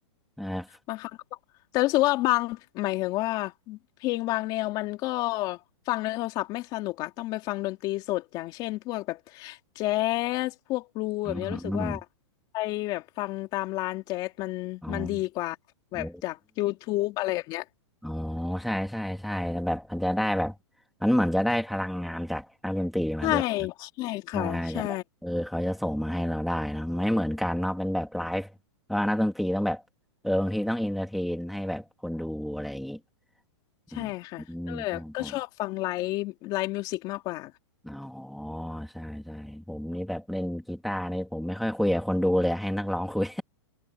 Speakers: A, in the centre; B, on the left.
A: อ่า
B: บางครั้งก็แต่รู้สึกว่าบางหมายถึงว่าเพลงบางแนวมันก็ฟังในโทรศัพท์ไม่สนุกอะต้องไปฟังดนตรีสดอย่างเช่นพวกแบบแจ๊สพวกบลูแบบเนี้ยรู้สึกว่า
A: อืมอืม
B: ไปแบบฟังตามร้านแจ๊สมันมันดีกว่าแบบจาก
A: อ๋อโอ้
B: YouTube อะไรแบบเนี้ย
A: อ๋อใช่ใช่ใช่แต่แบบมันจะได้แบบมันเหมือนจะได้พลังงานจากนักดนตรีมาด้วย
B: ใช่ใช่ค่ะใช่
A: น่าจะแบบเออเขาจะส่งมาให้เราได้เนอะไม่เหมือนกันเนาะเป็นแบบไลฟ์เพราะว่านักดนตรีต้องแบบเออบางทีต้องอินเตอร์เทนให้แบบคนดูอะไรอย่างงี้อืมอืมใช่ใช่
B: ใช่ค่ะก็เลยก็ชอบฟังไลฟ์ไลฟ์มิวสิกมากกว่า
A: อ๋อใช่ใช่ผมนี่แบบเล่นกีตาร์นี่ผมไม่ค่อยคุยกับคนดูเลยให้นักร้องคุย